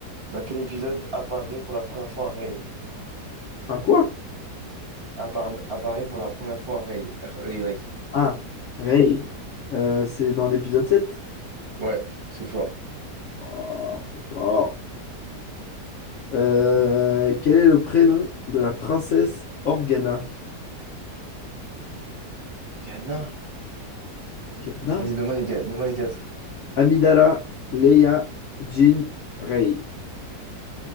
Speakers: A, on the right (about 45°); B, on the left (about 65°).
A: dans quel épisode apparaît pour la première fois Rey?
B: Un quoi?
A: Appar- apparaît pour la première fois Rey. R-E-Y.
B: Ah, Rey. Euh, c'est dans l'épisode 7.
A: Ouais, c'est fort.
B: Oh, c'est fort. Euh, quel est le prénom de la princesse Organa?
A: Ghana.
B: Organa?
A: Vas-y, donne-moi les quatre. Donne-moi les quatre.
B: Amidala, Leia, Jean, Rey.